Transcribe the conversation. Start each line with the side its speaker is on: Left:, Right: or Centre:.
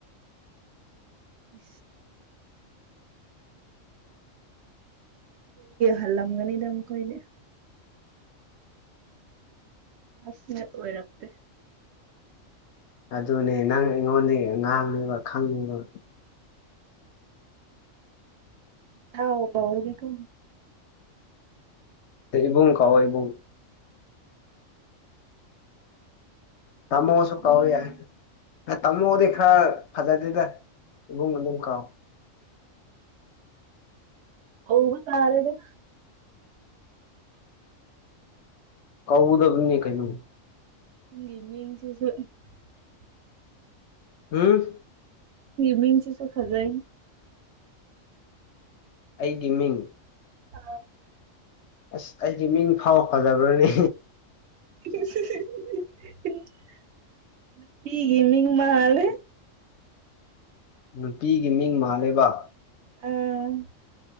Right: ꯎ ꯍꯜꯂꯝꯒꯅꯤꯗꯝ ꯀꯗꯦ ꯑꯁꯅꯦ ꯑꯣꯏꯔꯇ
Left: ꯑꯗꯨꯅꯦ ꯅꯪ ꯑꯩꯉꯣꯟꯗ ꯉꯥꯡꯉꯤꯕ ꯈꯪꯉꯤꯕ
Right: ꯊꯥꯎꯕꯔꯕꯤ ꯀ
Left: ꯏꯕꯨꯡ ꯀꯥꯎꯋꯥ ꯏꯕꯨꯡ ꯇꯃꯣꯁ
Right: ꯀꯧꯅꯤꯡꯗꯦ
Left: ꯀꯋ ꯌꯥ ꯇꯝꯃꯣꯗꯤ ꯈꯔ ꯐꯖꯗꯦꯗ ꯏꯕꯨꯡ ꯑꯗꯨꯝ ꯀꯥꯎ <inaudible>
Right: ꯑꯣꯕꯨ ꯇꯥꯔꯦꯗ
Left: ꯀꯧꯧꯗꯕꯅꯦ ꯀꯩꯅꯣ
Right: ꯏꯁꯤꯁꯨ
Left: ꯎꯝ
Right: ꯃꯤꯟꯁꯤꯁꯨ ꯐꯖ
Left: ꯑꯩꯒꯤ ꯃꯤꯡ
Right: ꯑ
Left: ꯑꯁ ꯑꯩꯗꯤ ꯃꯤꯡ ꯐꯥꯎ ꯐꯖꯕ꯭ꯔꯥꯅꯦ
Right: <unintelligible> ꯄꯤꯒꯤ ꯃꯤ ꯃꯥꯜ
Left: ꯅꯨꯄꯤꯒꯤ ꯃꯤꯡ ꯃꯥꯂꯕ
Right: ꯑꯝ